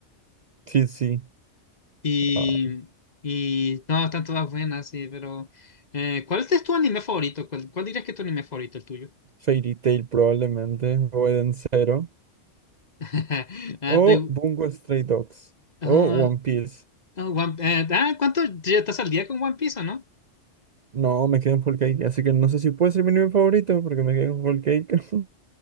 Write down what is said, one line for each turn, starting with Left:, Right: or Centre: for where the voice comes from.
Right: sí, sí.
Left: Y,
Right: Ah,
Left: y no, están todas buenas, sí, pero eh, ¿cuál es tu anime favorito? ¿Cuál, cuál dirías que es tu anime favorito, el tuyo?
Right: Fairy Tail probablemente, o Eden Zero,
Left: <laughs> Ah,
Right: o
Left: te-
Right: Bungo Stray Dogs,
Left: ah,
Right: o One Piece.
Left: ah, One- eh, ah, ¿cuánto ya estás al día con One Piece o no?
Right: No, me quedé en Whole Cake, así que no sé si puede ser mi anime favorito, porque me quedé en Whole Cake. <laughs>